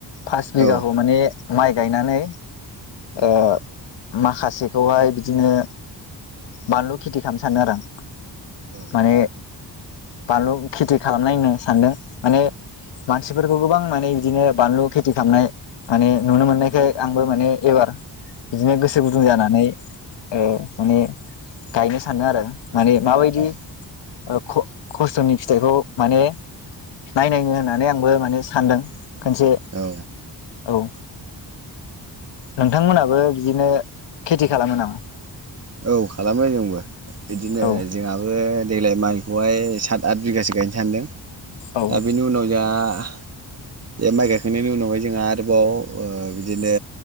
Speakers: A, on the left; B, on the right.
A: फास बिघाखौ
B: औ
A: माने माइ गायनानै ओ माखासेखौहाय बिदिनो बानलु खेथि खालामनो सानदों आरो आं
B: औ
A: माने बानलु खेथि खालामनाय होननो सानदों माने मानसिफोरखौ गोबां माने बिदिनो बानलु खेथि खालामनाय माने नुनो मोननायखाय आंबो माने एबार बिदिनो गोसो गुदुं जानानै ओ माने गायनो सानो आरो माने माबायदि
B: औ
A: ओ ख खस्थ'नि फिथाइखौ माने नायनाय नो होननानै आंबो माने सानदों खनसे
B: औ
A: औ नोंथांमोनाबो बिदिनो खेथि खालामो नामा?
B: औ खालामो जोंबो बिदिनो
A: औ
B: जोंहाबो देग्लाय माइखौ खहाय साथ आथ बिगासो गायनो सानदों
A: औ
B: दा बिनि उनाव जाहा आ बे माइ गायखांनायनि उनावहाय जोंहा आरोबाव ओ बिदिनो